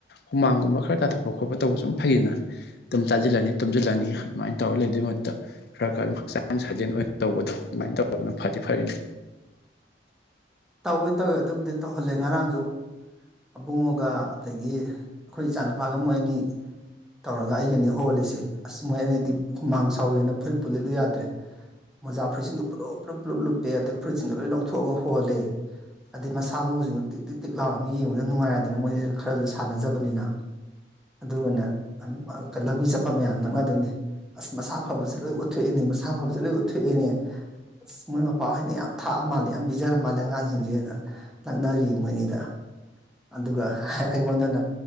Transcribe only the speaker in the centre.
ꯇꯧꯋꯦ ꯇꯧꯋꯦ ꯑꯗꯨꯕꯨꯗꯤ ꯇꯧꯍꯜꯂꯦ ꯉꯔꯥꯡꯁꯨ ꯑꯕꯨꯡꯉꯣꯒ ꯑꯗꯒꯤ ꯑꯩꯈꯣꯏ ꯏꯆꯥꯅꯨꯄꯥꯒ ꯃꯣꯏ ꯑꯅꯤ ꯇꯧꯔꯒ ꯑꯩꯒꯅꯤ ꯍꯣꯜꯂꯤꯁꯦ ꯑꯁ ꯃꯣꯏ ꯑꯅꯤꯗꯤ ꯍꯨꯃꯥꯡ ꯁꯥꯎꯋꯦꯅ ꯐꯨꯔꯤꯠ ꯄꯨ ꯂꯤꯠꯂꯨ ꯌꯥꯗ꯭ꯔꯦ ꯃꯣꯖꯥ ꯐꯨꯔꯤꯠꯖꯁꯤꯡꯗꯣ ꯄꯨꯂꯞ ꯄꯨꯂꯞ ꯄꯨꯂꯞꯨꯄꯦ ꯑꯗꯩ ꯐꯨꯔꯤꯠꯖꯁꯤꯡꯗꯣ ꯂꯣꯏ ꯂꯧꯊꯣꯛꯑꯒ ꯍꯣꯜꯂꯦ
ꯑꯗꯩ ꯃꯁꯥ ꯃꯎꯁꯤꯡꯗꯣ ꯇꯤꯛ ꯇꯤꯛ ꯇꯤꯛ ꯂꯥꯎꯔꯃꯤꯅ ꯌꯦꯡꯕꯗ ꯅꯨꯡꯉꯥꯏꯔꯦꯗꯅ ꯃꯣꯏꯁꯦ ꯈꯔꯁꯨ ꯁꯥꯟꯅꯖꯕꯅꯤꯅ ꯑꯗꯨꯒꯅꯦ ꯂꯝꯕꯤ ꯆꯠꯄ ꯃꯌꯥꯝ ꯂꯛꯅꯗꯣꯏꯅꯤ ꯑꯁ ꯃꯁꯥ ꯐꯕꯁꯦ ꯂꯣꯏ ꯎꯠꯊꯣꯛꯑꯦꯅꯦ ꯃꯁꯥ ꯐꯕꯁꯦ ꯂꯣꯏ ꯎꯠꯊꯣꯛꯏꯑꯦꯅꯦ ꯑꯁ ꯃꯣꯏ ꯃꯄꯥꯍꯣꯏꯅ ꯌꯥꯝ ꯊꯥꯛꯑ ꯃꯥꯜꯂꯦ ꯌꯥꯝ ꯄꯤꯖꯔ ꯃꯥꯜꯂꯦ ꯑꯉꯥꯡ ꯁꯤꯡꯁꯦꯅ ꯂꯛꯅꯔꯤ ꯃꯣꯏꯑꯅꯤꯗ ꯑꯗꯨꯒ ꯑꯩꯉꯣꯟꯗꯅ